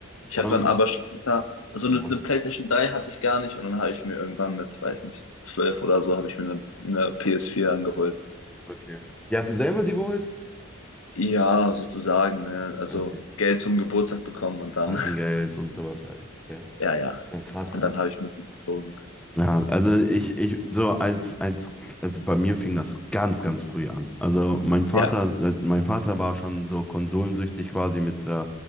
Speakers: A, on the left; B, in the centre.
A: Ich
B: Ähm,
A: habe dann aber später, also
B: ja,
A: eine, eine PlayStation drei hatte ich gar nicht und dann habe ich mir irgendwann mit, weiß nicht, 12 oder so, habe ich mir eine, eine ps vier angeholt.
B: okay. Die hast du selber dir geholt?
A: Ja, sozusagen, ne? Also
B: Okay.
A: Geld zum Geburtstag bekommen und dann,
B: Taschengeld
A: <laughs>
B: und sowas halt. Okay.
A: ja, ja.
B: Ja, krass,
A: Und
B: ey.
A: dann habe ich mitgezogen.
B: Ja, also ich, ich, so als, als, also bei mir fing das ganz, ganz früh an. Also mein Vater,
A: Ja,
B: äh, mein Vater war schon so konsolensüchtig quasi mit, äh,